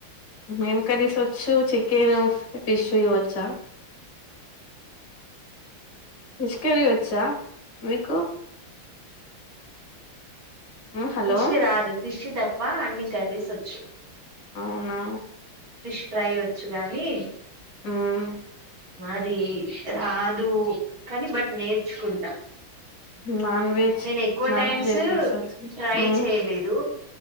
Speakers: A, on the left; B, on the right.
A: మేం okay so fish chicken fish ఇవ్వచ్చా ఫిష్ కర్రీ వచ్చా మీకు ఉమ్, హలో
B: ఫిష్ రాదు ఫిష్ తప్ప అన్ని కర్రీస్ వచ్చు
A: అవునా
B: ఫిష్ ఫ్రై వచ్చు గానీ
A: హ్మ్మ్
B: అది రాదు కాని బట్ నేర్చుకుంటా
A: నాన్ వెజ్
B: నేను ఎక్కువ
A: నాన్
B: టైమ్స్
A: వెజ్ ఐటమ్స్ వచ్చా
B: ట్రై
A: ఉమ్,
B: చేయలేదు